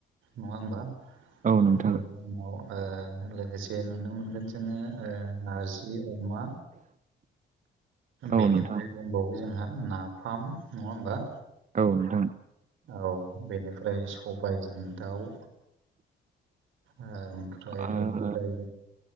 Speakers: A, on the right; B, on the right.
A: नङा होमबा
B: औ नोंथां
A: बेनि उनाव ओ लोगोसे नुनो मोनगोन जोङो ओ नारजि अमा
B: औ
A: बेनिफ्राय
B: नोंथां
A: दंबावो जोंहा नाफाम नङा होमबा
B: औ नोंथां
A: औ बेनिफ्राय सबायजों दाउ ओमफ्राय
B: ओ
A: बेनिफ्राय